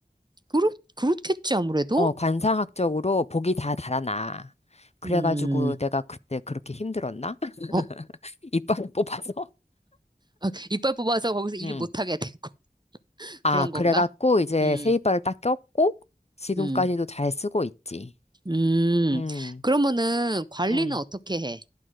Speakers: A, on the right (about 25°); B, on the left (about 40°).
A: 그렇, 그렇겠지, 아무래도?
B: 어, 관상학적으로 복이 다 달아나. 그래가지고
A: 음.
B: 내가 그때 그렇게 힘들었나? <laughs>
A: 어,
B: 이빨을 뽑아서?
A: 아, 이빨 뽑아서 거기서 일
B: 응.
A: 못하게 되고 <laughs>
B: 아,
A: 그런
B: 그래갖고
A: 건가?
B: 이제
A: 음,
B: 세이바를 딱 꼈고 지금까지도
A: 음,
B: 잘 쓰고 있지.
A: 음.
B: 응,
A: 그러면은 관리는
B: 응.
A: 어떻게 해?